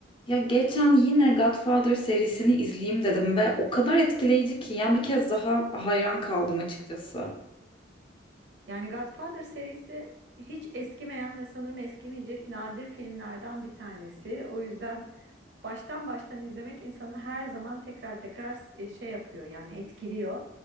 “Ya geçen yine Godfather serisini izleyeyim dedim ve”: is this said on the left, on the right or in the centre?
Left